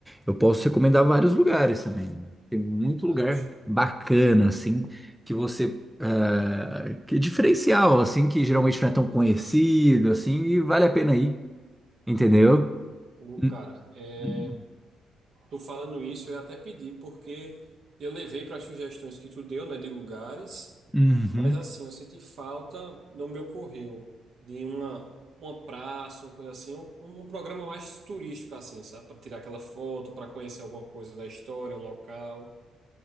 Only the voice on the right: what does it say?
Acho.
Ô, ô,
cara, é,
tu falando isso, eu até pedi, porque eu levei para as sugestões que tu deu, né, de lugares,
mas assim, eu senti falta, não me ocorreu, de uma, uma praça, uma coisa assim, um, um um programa mais turístico, assim, sabe, para tirar aquela foto, para conhecer alguma coisa da história, um local.